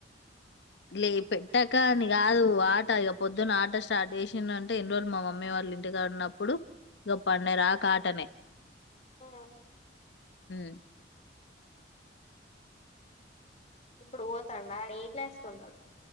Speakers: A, on the left (about 70°); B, on the left (about 35°).
A: లే పెట్టక అని కాదు ఆట ఇక పొద్దున్న ఆట స్టార్ట్ చేసిండంటే ఇన్ని రోజులు మా మమ్మీ వాళ్లు ఇంటికాడ ఉన్నప్పుడు ఇగ పండెరాక ఆటనే
B: ఆ
A: ఉమ్
B: ఇప్పుడు పోతాండ ఆడు ఏ క్లాస్ లో ఉన్నడు?